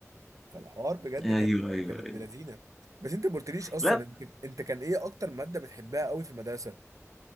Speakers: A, on the right; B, in the centre.
A: فالحوار بجد
B: ايوه
A: كان
B: ايوه
A: كان ابن
B: ايوه
A: لذينه بس انت ما قلتليش اصلا
B: لا
A: انت انت كان ايه اكتر ماده بتحبها قوي في المدرسه